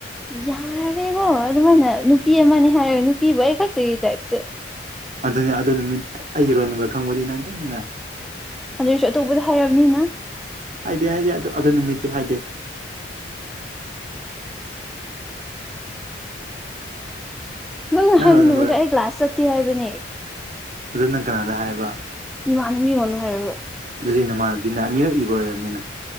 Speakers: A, in the centre; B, on the right.
A: ꯌꯥꯔꯦ ꯕ ꯑꯗꯨꯃꯥꯏꯅ ꯅꯨꯄꯤ ꯑꯃꯅꯦ ꯍꯥꯏꯔꯦ ꯅꯨꯄꯤꯕꯨ ꯑꯩ ꯈꯛꯇꯒꯤ ꯇꯥꯏꯞꯇ
B: ꯑꯗꯨꯅꯦ ꯑꯗꯨ ꯅꯨꯃꯤꯠ ꯑꯩ ꯏꯔꯣꯟ ꯅꯨꯕ꯭ꯔꯥ ꯈꯪꯕꯗꯤ ꯅꯪꯇꯅꯤꯅ
A: ꯑꯗꯨꯁꯨ ꯑꯇꯣꯞꯄꯗ ꯍꯥꯏꯔꯕꯅꯤꯅ
B: ꯍꯥꯏꯗꯤꯦ ꯍꯥꯏꯗꯤꯦ ꯑꯗꯨ ꯑꯗꯨ ꯅꯨꯃꯤꯠꯇꯤ ꯍꯥꯏꯗꯦ
A: ꯅꯪꯅ
B: ꯅꯪ
A: ꯍꯥꯏꯕ
B: ꯔꯣꯜ ꯅꯝꯕꯔ
A: ꯅꯨꯃꯤꯠꯇ ꯑꯩ ꯀ꯭ꯂꯒ꯭ꯂꯥꯁ ꯆꯠꯇꯦ ꯍꯥꯏꯕꯅꯦ
B: ꯑꯗꯨ ꯅꯪ ꯀꯅꯥꯗ ꯍꯥꯏꯕ
A: ꯏꯃꯥꯟꯕꯤ ꯑꯣꯏꯅꯅ ꯍꯥꯏꯔ
B: ꯍꯧꯖꯤꯅꯅꯕꯤꯅ ꯑꯅꯤꯔꯛ ꯏꯕ ꯑꯣꯏꯔꯕꯅꯤꯅ